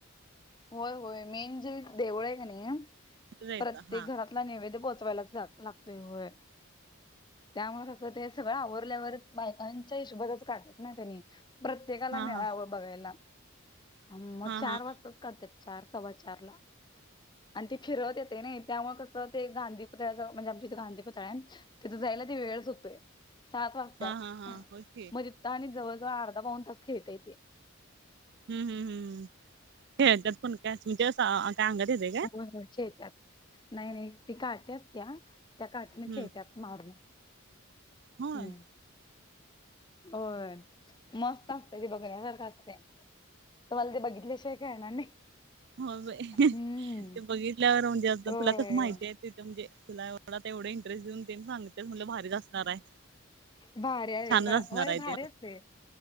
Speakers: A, on the left; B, on the right.
A: होय होय मेन जे देवूळ का नाही
B: तिथं जायचं
A: प्रत्येक
B: हा
A: घरात. नैवद्य पोचवायलाच लागतय. त्यामुळे कसं ते सगळं आवरल्यावर बायकांच्या हिशोबातच काढत ना त्यांनी. प्रत्येकाला
B: हा
A: मिळावं
B: हा
A: बघायला म
B: हा
A: चार
B: हा
A: वाजता. चार सव्वा चार ला आणि ते फिरत येते ना त्यामुळे कस ते गांधी पुतळा म्हणजे आमच्या इथे गांधी पुतळा आहे तिथे जायला ते वेळच होतोय. सात वाजत्यात
B: हा हा हा होय की
A: मग आणि जवळ जवळ अर्धा पाऊन तास खेळताय ते.
B: हम् हम्म हम्म खेलत्यात पण का काय अंगातच आहे का.
A: ह चैत्यात. नाही नाही ती काठी असत्या त्या काठीने
B: हम्म
A: खेळतत मारून.
B: होय.
A: हम्म होय मस्त असतय ते बघण्यासारखं असतय तुम्हाला ते बघितल्या त्याशिवाय कळनार नाही.
B: हो ते
A: हम्म
B: बघितल्यावर म्हणजे आ तुला
A: होय
B: कस माहिती आहे तिथं म्हणजे तुला. तेवढा इंटरेस्ट देऊन ते सांगतेच म्हटलं भारीच असणार आहे.
A: भारी् आहे
B: छानच असणार
A: होय
B: आहे
A: भारी
B: ते
A: असते